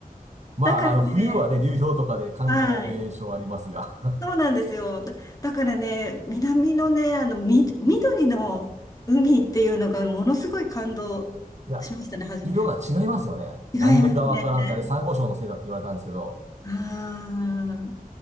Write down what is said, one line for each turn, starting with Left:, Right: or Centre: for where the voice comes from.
Right: まあ、
Left: だからね、
Right: あの、冬はね、流氷とかで観光名所ありますが。
Left: はい。そうなんですよ。
Right: <laughs>
Left: だ、だからね、南のね、あの、み、緑の海っていうのがものすごい感動しましたね。
Right: いや、
Left: はじ、
Right: 色が違いますよね。
Left: 違いますね。
Right: なんでかわからんって、あれ、珊瑚礁のせいだって言われたんですけど、
Left: ああ、